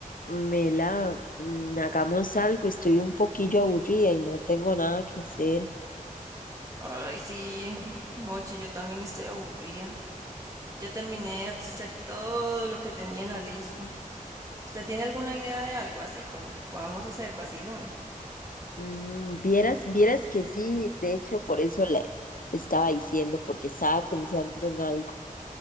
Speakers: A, on the left; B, on the right.
A: Mela, mm, hagamos algo, estoy un poquillo aburrida y no tengo nada que hacer.
B: Ay, sí, Mochi, yo también estoy aburrida. Ya terminé de hacer todo lo que tenía en la lista. ¿Usted tiene alguna idea de algo así como que podamos hacer, vacilón?
A: Mm, vieras, vieras que sí, de hecho por eso le estaba diciendo, porque estaba pensando en algo.